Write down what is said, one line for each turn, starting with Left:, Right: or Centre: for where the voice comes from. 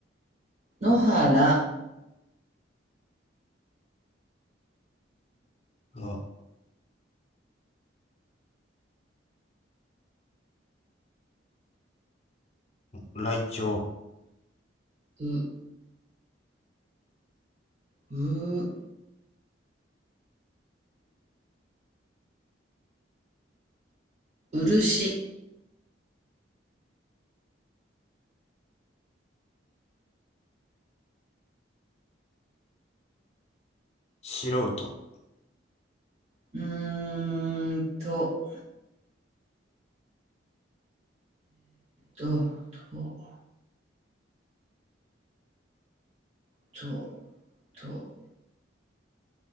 Right: 原、
Left: お、ライチョウ、
Right: う、う、漆。
Left: 素人、
Right: うーんと、と、と、と、と、